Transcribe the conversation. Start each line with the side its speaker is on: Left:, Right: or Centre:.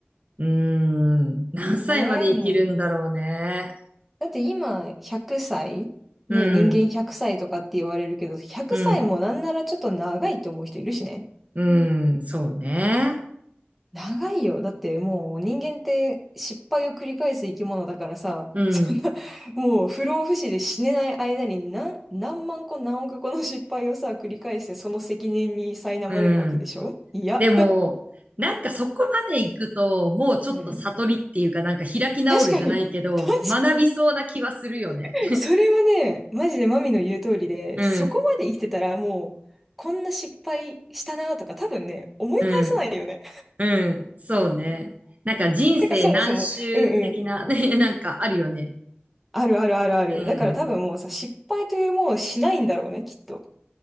Right: うん。何歳まで生きるんだろうね。
Centre: 長いもん。だって今、100歳ね、
Right: うん、
Centre: 人間100歳とかって言われるけど、100歳もなんならちょっと長いって思う人いるしね。
Right: うん、うん、そうね。
Centre: 長いよ。だってもう人間って失敗を繰り返す生き物だからさ、
Right: うん、
Centre: <laughs> そんな、もう不老不死で死ねない間に何、何万個何億個の失敗をさ、繰り返してその責任に苛まれるわけでしょいや、
Right: うん。でも、なんかそこまで行くと、もうちょっと悟りっていうか、
Centre: うん。
Right: なんか開き直るじゃないけど、
Centre: 確かに、確か
Right: 学びそうな気はするよね。
Centre: に。それはね、マジでマミの言う通りで、
Right: うん、
Centre: そこまで生きてたらもう、こんな失敗したなとか多分ね、思い返さないよね。
Right: うん、うん、そうね。なんか人生何周的なね、
Centre: <laughs> てかそもそも、うん
Right: なんかあるよね。
Centre: あるあるあるある。
Right: うん。
Centre: だから多分もうさ、失敗というものをしないんだろうね、きっと。